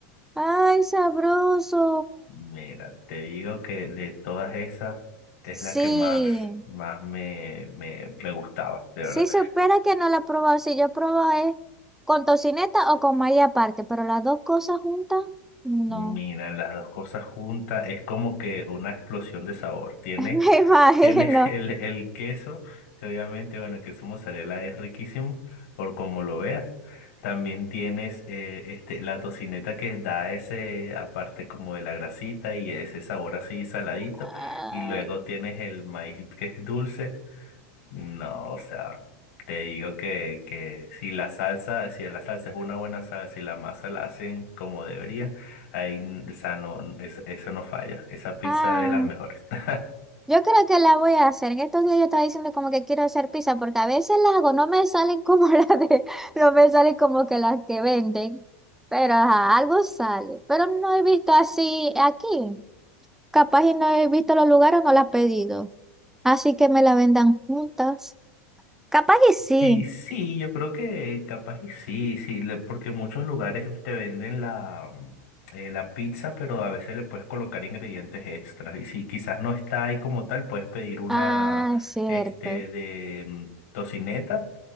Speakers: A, in the centre; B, on the left.
A: ¡Ay, sabroso!
B: Mira, te digo que de todas esas es la
A: Sí,
B: que más, más me, me, me gustaba, de
A: sí,
B: verdad.
A: supera que no la he probado. Si yo he probado es con tocineta o con maíz aparte, pero las dos cosas juntas, no.
B: Mira, las dos cosas juntas es como que una explosión de sabor. Tiene,
A: <laughs> Me imagino.
B: tiene <laughs> el, el queso, que obviamente, bueno, el queso mozzarella es riquísimo, por como lo veas. También tienes eh, este, la tocineta que da ese, aparte como de la grasita y ese sabor así saladito.
A: Ay,
B: Y luego tienes el maíz que es dulce. No, o sea, te digo que, que si la salsa, si la salsa es una buena salsa y la masa la hacen como debería, ahí, n- o sea, no, es- eso no falla. Esa pizza
A: ah.
B: es de las mejores. <laughs>
A: Yo creo que la voy a hacer. En estos días yo estaba diciendo como que quiero hacer pizza porque a veces las hago, no me salen como <laughs> las de, no me salen como que las que venden, pero ajá, algo sale. Pero no he visto así aquí. Capaz y no he visto los lugares, no la he pedido. Así que me la vendan juntas. Capaz y sí.
B: Y sí, yo creo que capaz y sí, sí, le- porque muchos lugares te venden la, mm, eh, la pizza, pero a veces le puedes colocar ingredientes extras. Y si quizás no está ahí como tal, puedes pedir una
A: Ah, cierto.
B: este de mm, tocineta,